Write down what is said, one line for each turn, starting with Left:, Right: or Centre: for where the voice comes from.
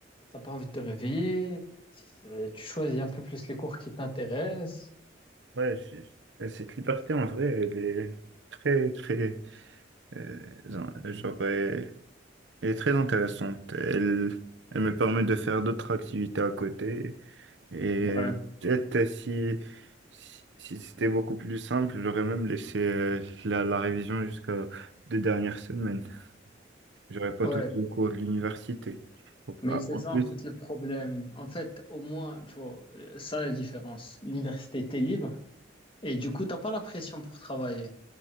Left: t'as pas envie de te réveiller, c'est- tu choisis un peu plus les cours qui t'intéressent.
Right: Ouais, j'ai- et cette liberté, en vrai, elle est très, très, euh, in- genre, elle, elle est très intéressante. Elle, elle me permet de faire d'autres activités à côté. Et
Left: Ouais,
Right: peut-être euh, si, si, si c'était beaucoup plus simple, j'aurais même laissé euh, la, la révision jusqu'à deux dernières semaines. J'aurais pas
Left: ouais.
Right: tout les cours de l'université.
Left: Mais
Right: Ah,
Left: c'est
Right: En
Left: ça
Right: plus,
Left: en fait le problème. En fait, au moins, tu vois, euh, ça la différence. L'université, t'es libre et du coup, t'as pas la pression pour travailler.